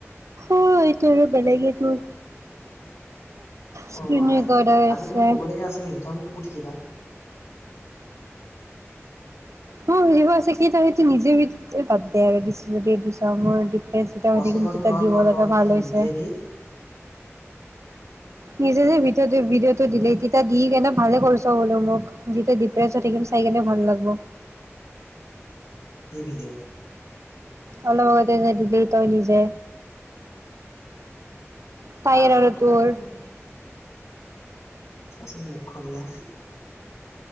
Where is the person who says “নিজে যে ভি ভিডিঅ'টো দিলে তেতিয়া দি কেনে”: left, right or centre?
Right